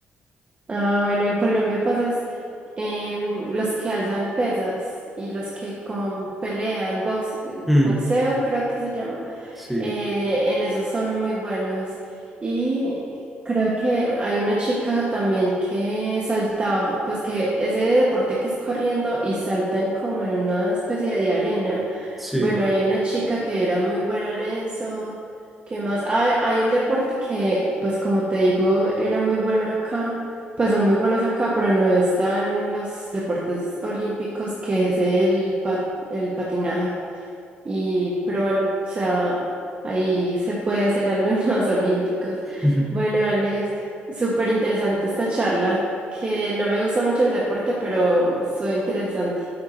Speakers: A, on the right; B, in the centre.
A: Ah, bueno, en Colombia pasas em, los que alzan pesas y los que como pelean, box, eh,
B: Mm,
A: boxeo creo que se llama.
B: sí,
A: Eh, en esos son muy buenos. Y creo que hay una chica también que saltaba, pues que ese deporte que es corriendo y saltan como en una especie de arena.
B: sí.
A: Bueno, hay una chica que era muy buena en eso. ¿Qué más? Ah, hay un deporte que, pues como te digo, era muy bueno acá pues son muy buenos acá, pero no están los deportes olímpicos que es el, pa- el patinaje. Y, pero bueno, o sea, ahí se puede hacer algo en <laughs> los olímpicos.
B: <laughs>
A: Bueno, Alex, súper interesante esta charla, que no me gusta mucho el deporte, pero fue interesante.